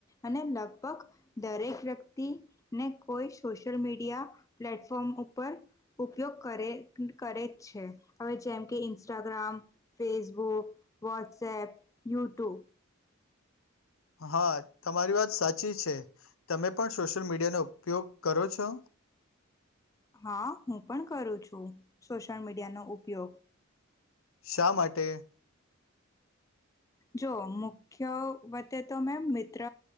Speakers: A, on the left; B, on the left.
A: અને લગભગ દરેક વ્યક્તિને કોઈ સોશિયલ મીડિયા પ્લેટફોર્મ ઉપર ઉપયોગ કરે કરે છે હવે જેમ કે ઇન્સ્ટાગ્રામ, ફેસબુક વોટ્સએપ, યુટ્યુબ
B: હા તમારી વાત સાચી છે તમે પણ સોશિયલ મીડિયાનો ઉપયોગ કરો છો?
A: હા હું પણ કરું છું. સોશિયલ મીડિયાનો ઉપયોગ.
B: શા માટે?
A: જો મુખ્ય વતે તો મેં મિત્ર